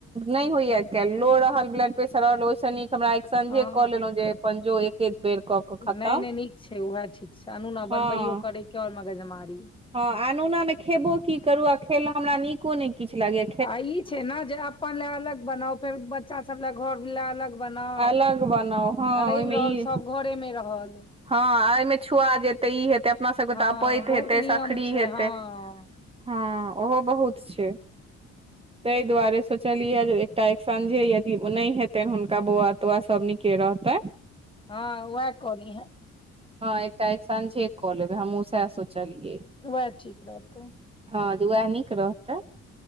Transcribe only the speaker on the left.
हँ
नहि नहि नीक छै उएह ठीक छै आनुना
बनबैयो करयके आओर मगजमारी।
आ ई छै ने जे अपन ले अलग बनाउ फेर बच्चा सब ले घर ले अलग बनाउ
आ
रबि
रहल
सब घरेमे रहल।
हँ
बहुत
नियम
छै
हँ
हँ वएहे कअली हे।
वेह ठीक रहतौ।